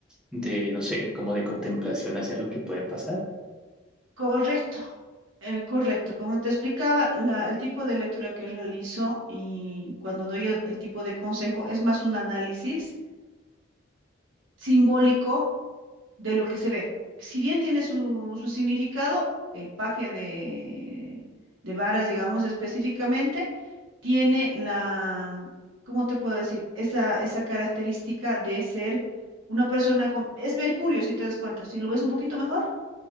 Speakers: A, in the centre; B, on the right.
A: de, no sé, como de contemplación hacia lo que puede pasar.
B: Correcto, eh, correcto. Como te explicaba, la- el tipo de lectura que realizo y cuando doy el, el tipo de consejo es más un análisis simbólico de lo que se ve. Si bien tiene su, su significado, el paje de, de varas, digamos específicamente, tiene la, ¿cómo te puedo decir? Esa, esa característica de ser una persona con... Es Mercurio, si te das cuenta, si lo ves un poquito mejor.